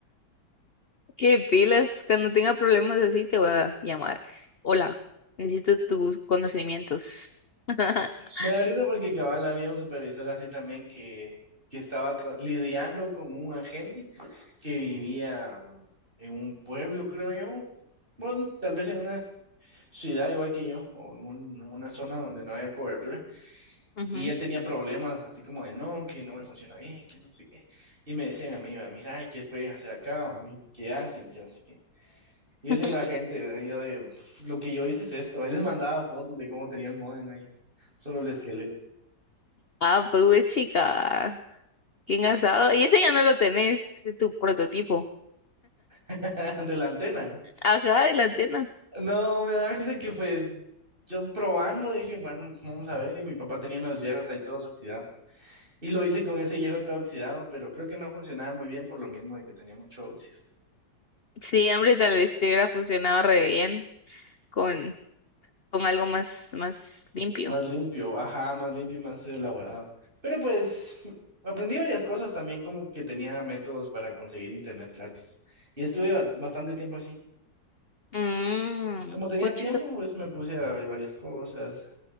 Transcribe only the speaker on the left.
Qué pilas, cuando tenga problemas así te voy a llamar. Hola, necesito tus conocimientos. <laughs>
Ujú.
<laughs>
Ah, pues güey, chica, qué engasado. Y ese ya no lo tenés, ese es tu prototipo.
Ajá, de la antena.
Sí, hombre, tal vez te hubiera funcionado re bien con, con algo más, más limpio.
Mmm,
puchica.